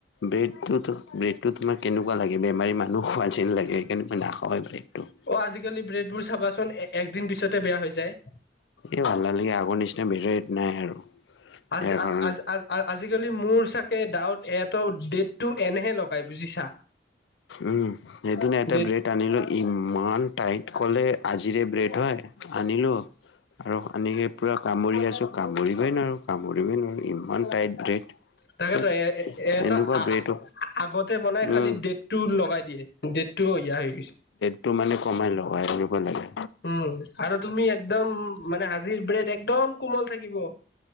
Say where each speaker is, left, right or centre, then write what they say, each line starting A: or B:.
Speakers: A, on the left; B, on the left.
A: ব্ৰেডটো তো, ব্ৰেডটো তোমাৰ কেনেকুৱা লাগে বেমাৰী মানুহ খোৱা যেন লাগে, সেইকাৰণে মই নাখাওঁৱে ব্ৰেডটো।
B: অ' আজিকালি ব্ৰেডবোৰ চাবাচোন একদিন পিছতে বেয়া হৈ যায়।
A: এ ভাল নালাগে, আগৰ নিচিনা ব্ৰেড নাই আৰু।
B: আজি
A: ইয়াৰ
B: আ
A: কাৰণে।
B: আজ আজ আ আজিকালি মোৰ চাগে ডাউট এইটো ডেটটো এনেহে লগাই বুজিছা।
A: উম, হেইদিনা এটা
B: ডেট
A: ব্ৰেড আ ইমান টাইট ক'লে আজিৰে ব্ৰেড হয়, আনিলো আৰু আনিএকি পুৰা কামুৰি আছো, কামুৰিবই নোৱাৰোঁ, কামুৰিবই নোৱাৰোঁ, ইমান টাইট ব্ৰেড।
B: তাকেতো
A: ধেত
B: এ এ এ এটা
A: এনেকুৱা
B: আ
A: ব্ৰেটো
B: আ আ আগতে বনাই
A: উম
B: খালি ডেটটো লগাই দিয়ে, ডেটটো ইয়া হৈ গৈচে।
A: টো মানে কমাই লগাই আনিব লাগে।
B: উম, আৰু তুমি একদম মানে আজিৰ ব্ৰেড একদম কোমল থাকিব।